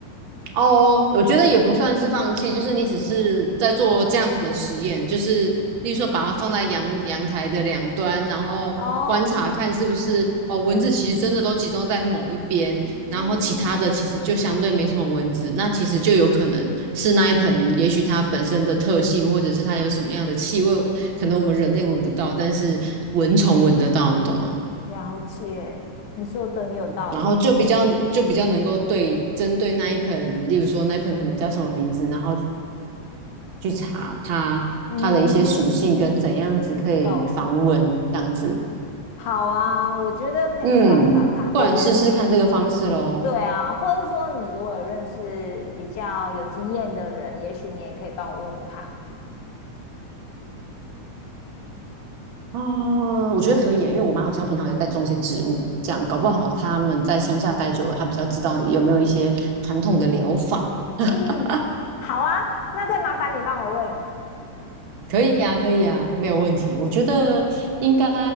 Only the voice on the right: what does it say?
哦，我觉得也不算是放弃，就是你只是在做这样子的实验，就是例如说把它放在阳阳台的两端，然后观察看是不是哦蚊子其实真的都集中在某一边，
然后其他的其实就相对没什么蚊子，
那其实就有可能是那一盆，也许它本身的特性，或者是它有什么样的气味，可能我们人类闻不到，但是蚊虫闻得到，你懂吗？
然后就比较就比较能够对针对那一盆，例如说那一盆可能叫什么名字，然后去查它它的一些属性跟怎样子可以防蚊这样子。
嗯，
不然试试看这个方式喽。
啊，我觉得可以耶因为我妈好像平常也在种一些植物，这样搞不好他们在乡下待久了，她比较知道有没有一些传统的疗法。<laughs>
可以呀、可以呀、没有问题。我觉得应该